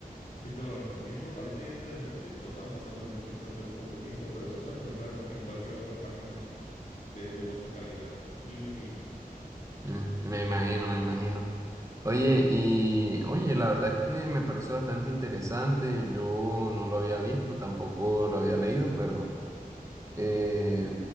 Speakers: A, on the left; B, on the right.
A: sí te lo recomiendo. Ahorita ya no está en Netflix, lo estaban pasando en Netflix hace poco tiempo, pero se puede encontrar en cualquier otra página de dudosa calidad. Guiño, guiño.
B: Mm, me imagino, me imagino. Oye, y oye, la verdad es que me pareció bastante interesante. Yo no lo había visto, tampoco lo había leído, pero eh,